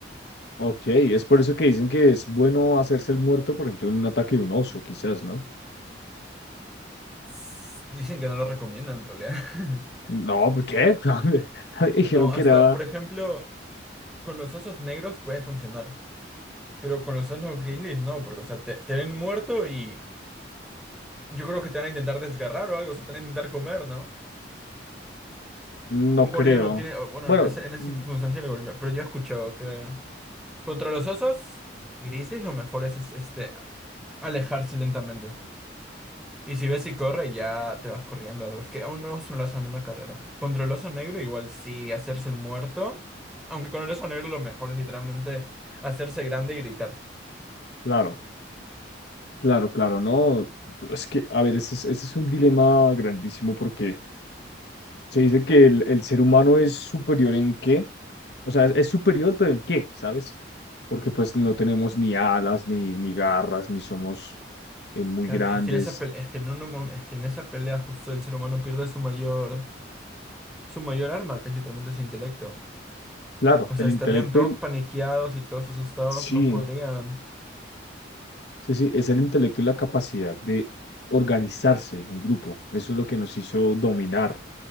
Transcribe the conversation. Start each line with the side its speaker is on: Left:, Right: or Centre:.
Left: ok, es por eso que dicen que es bueno hacerse el muerto, por ejemplo, en un ataque de un oso, quizás, ¿no?
Centre: S- Dicen que no lo recomiendan en realidad. <laughs>
Left: No, ¿por qué? <laughs> A mí me Dijeron
Centre: No,
Left: que
Centre: hasta,
Left: era,
Centre: por ejemplo. con los osos negros puede funcionar, pero con los osos grizzlies no, porque, o sea, te, te ven muerto y yo creo que te van a intentar desgarrar o algo, o sea, te van a intentar comer, ¿no?
Left: no
Centre: Un gorila
Left: creo.
Centre: no tiene, o, bueno,
Left: Bueno,
Centre: en, ese- en esa
Left: mm,
Centre: circunstancia el gorila, pero yo he escuchado que contra los osos grizzlies lo mejor es, es, este, alejarse lentamente. Y si ves si corre, ya te vas corriendo o algo. Es que a un oso no le hacen una carrera. Contra el oso negro, igual sí, hacerse el muerto. Aunque con el oso negro lo mejor es literalmente hacerse grande y gritar.
Left: claro, claro, claro, no. Es que, a ver, ese es, ese es un dilema grandísimo porque Se dice que el, el ser humano es superior en qué, o sea, es, es superior, pero en qué, ¿sabes? Porque pues no tenemos ni alas, ni, ni garras, ni somos eh, muy
Centre: Claro,
Left: grandes.
Centre: y es que en esa pelea, es que en un mo- es que en esa pelea justo el ser humano pierde su mayor, su mayor arma, que es literalmente su intelecto.
Left: Claro,
Centre: O
Left: el
Centre: sea, estarían
Left: intelecto,
Centre: todos
Left: el-
Centre: paniqueados y todos asustados,
Left: sí,
Centre: no podrían,
Left: Sí, sí, es el intelecto y la capacidad de organizarse en grupo. Eso es lo que nos hizo dominar